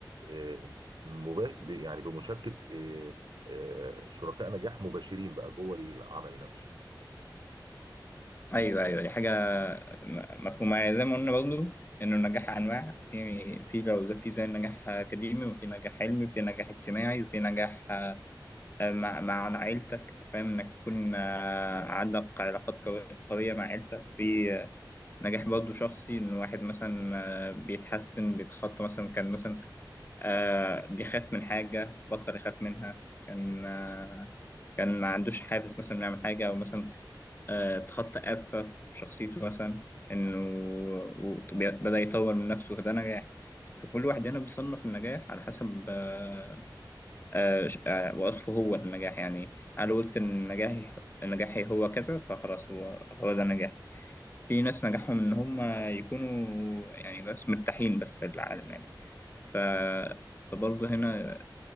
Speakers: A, on the right; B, on the left.
A: آه، مباش- ب- يعني بمشاركه آه، آه، شركاء نجاح مباشرين بقى جوه العمل نفسه.
B: ايوه ايوه دي حاجه م- مفهومه يعني زي ما قلنا برضه انه النجاح انواع في في لو زي- في زي نجاح اكاديمي وفي نجاح علمي وفي نجاح اجتماعي وفي نجاح آه، مع مع عيلتك انت فاهم انك تكون آه، عندك علاقات قوي- قويه مع عيلتك في آه، نجاح برضه شخصي ان واحد مثلا آه، بيتحسن بيتخطى مثلا كان مثلا آه، بيخاف من حاجه بطل يخاف منها كان
A: م.
B: آه، كان ما عندوش حافز مثلا انه يعمل حاجه او مثلا آه، اتخطى آفة في شخصيته مثلا إنه و- بدأ يطور من نفسه فده نجاح فكل واحد هنا بيصنف النجاح على حسب آه، آه، ش- آه، وصفه هو للنجاح يعني أنا قلت إن نجاحي نجاحي هو كذا فخلاص هو هو ده نجاحي في ناس نجاحهم إن هم يكونوا يعني بس مرتاحين بس في العالم يعني ف فبرضه هنا